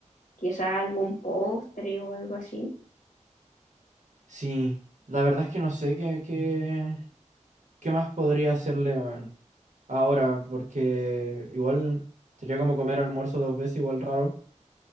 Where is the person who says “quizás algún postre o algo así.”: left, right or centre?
Left